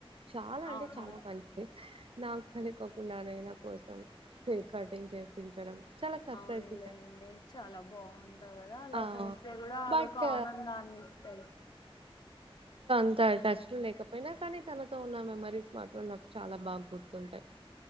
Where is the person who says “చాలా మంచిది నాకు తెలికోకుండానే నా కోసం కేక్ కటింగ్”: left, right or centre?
Right